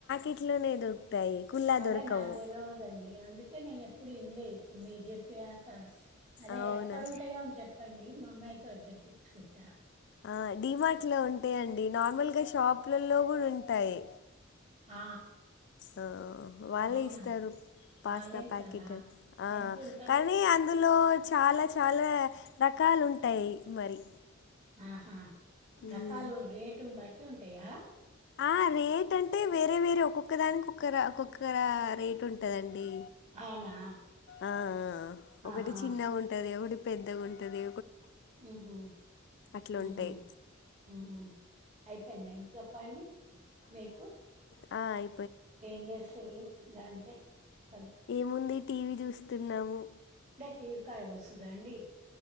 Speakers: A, on the left; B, on the right.
A: ఇట్లోనే దొరుకుతాయి కుల్లా
B: అదే
A: దొరకవు
B: నాకు తెలవదండి అందుకే నేను ఎప్పుడు ఇనలే ఇప్పుడు మీరు చెప్పి అదే
A: అవునా
B: ఎక్కడంటాయో అని చెప్ చెప్పండి మా అమ్మాయితోటి తెప్పించుకుంటా
A: ఆ డడిమార్ట్ లో ఉంటాయండి నార్మల్ గా షాపులలో కూడా ఉంటాయి
B: ఆ
A: ఆ వాళ్ళే
B: అవునా
A: ఇస్తారు పాస్తా
B: వాళ్ళే ఇస్తారా
A: ప్యాకెట్ అని
B: ఎంత ఉంటది
A: కానీ అందులో చాలా చాలా రకాలు ఉంటాయి మరి
B: ఆహా
A: హ్మ్.
B: రకాల రేటు బట్ అ ఉంటాయా
A: ఆ రేట్ అంటే వేరే వేరే ఒక్కొక్క దానికి ఒక్కర ఒక్కొక్కర రేట్ ఉంటదండి
B: అవునా
A: ఆ ఒకటి
B: ఆహా
A: చిన్నగా ఉంటది ఒటి పెద్దగా ఉంటది
B: ఉహూ
A: అట్లుంటాయి.
B: ఉహూ ఉహూ అయిపేనాయి ఇంత అప్ పని మీకు
A: అయి
B: ఏం చేస్తుండ్రు నా అంతే పద-
A: ఏముంది టీవీ చూస్తున్నావు
B: టీవ్ కాడ కూసుండ్రా అండి